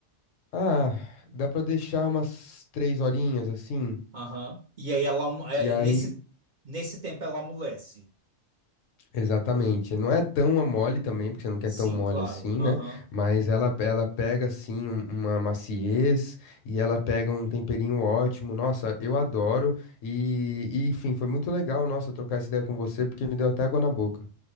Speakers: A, on the left; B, on the right.
A: Ah, dá pra deixar umas três horinhas assim.
B: Aham. E aí ela amu- é,
A: E aí,
B: nesse, nesse tempo ela amolece.
A: exatamente. Não é tão a mole também, porque você não quer
B: Sim,
A: tão mole
B: claro.
A: assim,
B: Aham.
A: né? Mas ela, ela pega assim um- uma maciez e ela pega um temperinho ótimo. Nossa, eu adoro. E, e, enfim, foi muito legal, nossa, trocar essa ideia com você, porque me deu até água na boca.